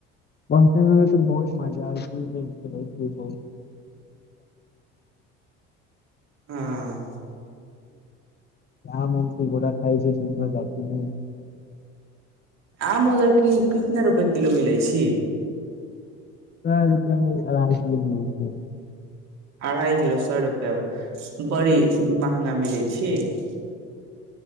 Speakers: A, on the left; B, on the right.
A: पहुचेमे बहुत मजा आबे छीये देखके बहुत
B: हाँ
A: आमम छै बङा खाय छै सुन्दर घाटमे
B: आम उदर की कितना रुपे किलो मिलै छी
A: चार रुपये मे अढ़ाइ किलो मीलै छी
B: अढ़ाइ किलो सौ रुपया
A: छै
B: बड़ी महंगा मिलै छीक